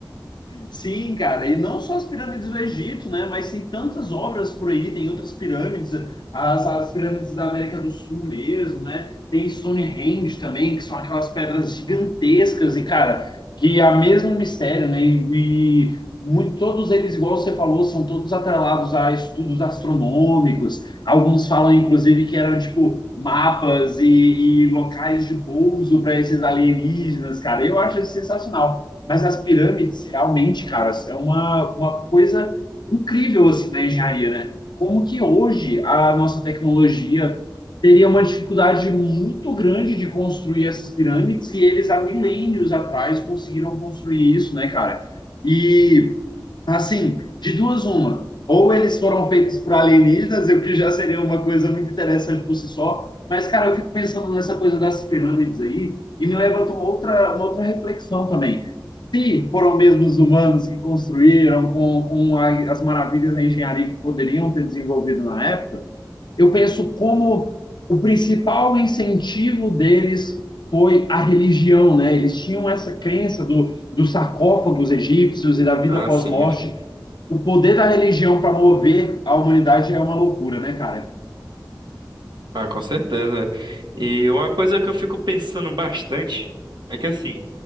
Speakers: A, on the left (about 65°); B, on the right (about 70°).
A: Sim, cara, e não só as pirâmides do Egito, né? Mas tem tantas obras por aí, tem outras pirâmides, as, as pirâmides da América do Sul mesmo, né? Tem Stonehenge também, que são aquelas pedras gigantescas e, cara, que é o mesmo mistério, né? E, e muito, todos eles, igual você falou, são todos atrelados a estudos astronômicos. Alguns falam, inclusive, que eram, tipo, mapas e, e locais de pouso para esses alienígenas, cara. Eu acho isso sensacional. Mas as pirâmides, realmente, cara, é uma, uma coisa incrível, assim, na engenharia, né? Como que hoje a nossa tecnologia teria uma dificuldade muito grande de construir essas pirâmides e eles há milênios atrás conseguiram construir isso, né, cara? E Assim, de duas, uma. Ou eles foram feitos por alienígenas, o que já seria uma coisa muito interessante por si só. Mas, cara, eu fico pensando nessa coisa das pirâmides aí e me levanta uma outra, uma outra reflexão também. Se foram mesmo os humanos que construíram com, com a- as maravilhas da engenharia que poderiam ter desenvolvido na época, eu penso como o principal incentivo deles foi a religião, né? Eles tinham essa crença do, dos sarcófagos egípcios e da vida
B: Ah,
A: pós-morte
B: sim,
A: o poder da religião para mover a humanidade é uma loucura, né, cara?
B: ah, com certeza. E uma coisa que eu fico pensando bastante é que, assim,